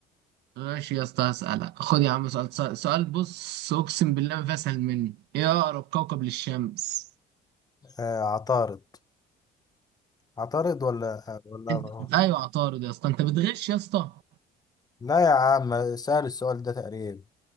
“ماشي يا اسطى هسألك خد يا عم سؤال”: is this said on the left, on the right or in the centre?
Right